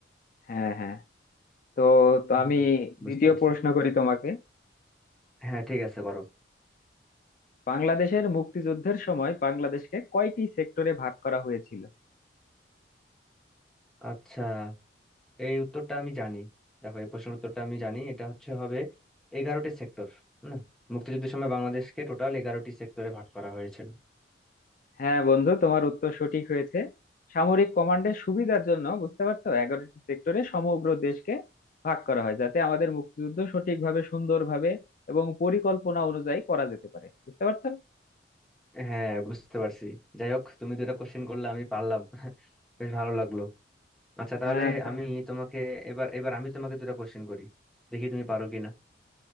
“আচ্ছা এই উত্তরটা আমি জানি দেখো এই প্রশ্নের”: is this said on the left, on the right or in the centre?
Centre